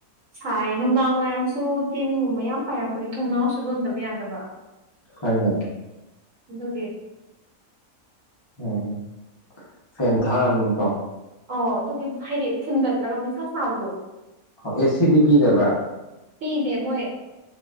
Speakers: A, on the right; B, on the left.
A: ꯁꯥꯏ ꯅꯨꯡꯗꯥꯡ ꯋꯥꯏꯔꯝꯁꯨ ꯇꯤꯟꯒꯨꯝꯕ ꯌꯥꯝ ꯄꯥꯏꯔꯛꯄꯒꯤ ꯊꯣꯡꯅꯥꯎꯁꯨ ꯂꯣꯟꯗꯕ ꯌꯥꯗꯕ
B: ꯍꯣꯏꯅꯦ
A: ꯑꯗꯨꯒꯤ
B: ꯎꯝ ꯐꯦꯟ ꯊꯥꯔꯝꯃꯅꯤꯀꯣ
A: ꯑꯣ ꯑꯗꯨꯒꯤ ꯍꯥꯏꯗꯤ ꯊꯤꯟꯒꯠꯂꯒ ꯄꯨꯡꯁꯥ ꯁꯥꯕꯗꯣ
B: ꯑꯦꯁꯤꯗꯤ ꯄꯤꯗꯕ꯭ꯔꯥ
A: ꯄꯤꯗꯦ ꯃꯣꯏ